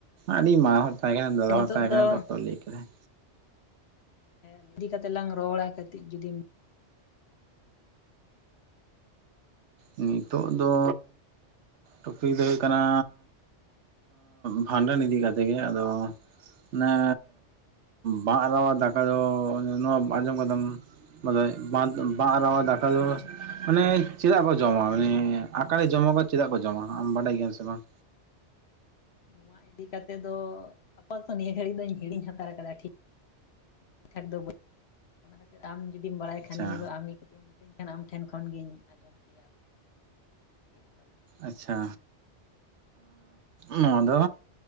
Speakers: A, on the right (about 75°); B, on the left (about 65°).
A: ᱟᱹᱰᱤ ᱢᱟᱨᱟᱝ ᱦᱚᱲ ᱛᱟᱦᱮᱸ ᱠᱟᱱᱟ ᱫᱟᱫᱟ
B: ᱱᱤᱛᱚᱜ
A: ᱦᱚᱲ ᱛᱟᱦᱮᱸ
B: ᱫᱚ
A: ᱠᱟᱱᱟ ᱛ ᱞᱟᱹᱭ ᱠᱮᱫᱟᱭ
B: ᱦᱮᱸ <inaudible> ᱤᱫᱤ ᱠᱟᱛᱮᱜ ᱞᱟᱝ ᱨᱚᱲᱟ ᱠᱟᱹᱴᱤᱡ ᱡᱩᱫᱤᱢ
A: ᱱᱤᱛᱳ ᱫᱚ ᱴᱚᱯᱤᱠ ᱫᱚ ᱦᱩᱭᱩᱜ ᱠᱟᱱᱟ ᱵᱷᱷᱟᱸᱰᱟᱱ ᱤᱫᱤ ᱠᱟᱛᱮᱮᱫ ᱜᱮ ᱟᱫᱚ ᱚᱱᱮ ᱵᱟᱝᱟᱜ <unintelligible> ᱟᱨᱣᱟ ᱫᱟᱠᱟ ᱫᱚ ᱱᱚᱣᱟ ᱟᱸᱡᱚᱢ ᱠᱟᱫᱟᱢ ᱢᱟᱱᱮ ᱵᱟᱸᱫ ᱵᱟᱸᱜ ᱨᱟᱣᱟ ᱫᱟᱠᱟ ᱫᱚ ᱢᱟᱱᱮ ᱪᱮᱫᱟᱜ ᱵᱚ ᱡᱚᱢᱟ ᱢᱟᱱᱮ ᱟᱠᱟᱭ ᱡᱚᱢᱚᱠᱟ ᱪᱮᱫᱟᱜ ᱠᱚ ᱡᱚᱢᱟ ᱟᱢ ᱵᱟᱰᱟᱭ ᱜᱮᱭᱟᱢ ᱥᱮ ᱵᱟᱝ
B: ᱱᱚᱣᱟ ᱤᱫᱤᱠ ᱠᱟᱛᱮ ᱫᱚ ᱟᱯᱟᱛᱚᱛᱚ ᱱᱤᱭᱟᱹ ᱜᱷᱟᱹᱲᱤᱡ ᱫᱚᱧ ᱦᱤᱲᱤᱧ ᱦᱟᱛᱟᱲ ᱟᱠᱟᱫᱟ ᱴᱷᱤᱠ ᱴᱷᱤᱠ ᱴᱷᱟᱠ ᱫᱚ <inaudible> ᱚᱱᱟ ᱠᱷᱟᱹᱛᱤᱨ ᱟᱢ ᱡᱩᱫᱤᱢ ᱵᱟᱲᱟᱭ
A: ᱟᱪᱪᱷᱟ
B: ᱠᱷᱟᱱ ᱱᱤᱭᱟᱹ ᱫᱚ ᱟᱢᱤ ᱪᱮᱫ ᱮᱢ ᱢᱤᱛᱟᱹᱧ ᱠᱟᱱᱟ ᱟᱢ ᱴᱷᱮᱱ ᱠᱷᱚᱱ ᱜᱤᱧ ᱟᱸᱡᱚᱢ ᱠᱮᱭᱟ <inaudible> ᱟᱨᱠᱤ ᱚᱠᱟᱞᱮᱠᱟ
A: ᱟᱪᱪᱷᱟ ᱱᱚᱣᱟ ᱫᱚ